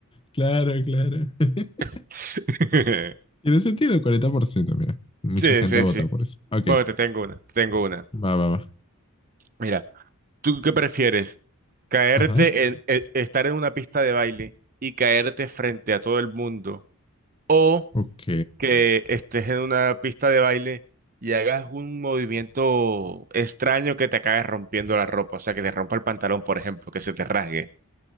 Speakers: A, on the left (about 25°); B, on the right (about 40°).
A: claro, claro. <laughs>
B: <laughs>
A: Tiene sentido, cuarenta por ciento mira. Mucha
B: Sí,
A: gente
B: sí,
A: ha votado
B: sí.
A: por eso. Ok,
B: Bueno, te tengo una, te tengo una.
A: va, va, va.
B: Mira. ¿Tú qué prefieres? ¿Caerte
A: Ajá,
B: en, e- estar en una pista de baile y caerte frente a todo el mundo? ¿O
A: ok.
B: que estés en una pista de baile y hagas un movimiento extraño que te acabe rompiendo la ropa? O sea, que te rompa el pantalón, por ejemplo, que se te rasgue.